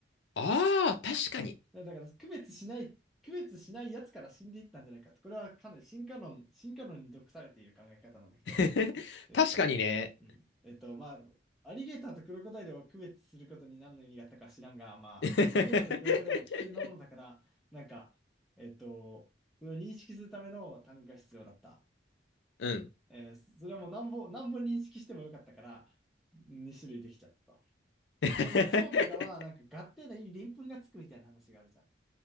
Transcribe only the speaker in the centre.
だだから、区別しない、区別しないやつから死んでいったんじゃないかって。これはかなり進化論、進化論に毒されている考え方なんだけど、
えっと、
うん。えっと、まあ、アリゲーターとクロコダイルを区別することに何の意味があったか知らんが、まあ、
アリゲーターとクロコダイルは危険なものだから、なんか、えっと、それを認識するための単語が必要だった。
えーそれはもう何本、何本認識してもよかったから、2種類できちゃったと。
で、まあ、蝶とかは、なんか、ガっていい鱗粉がつくみたいな話があるじゃん。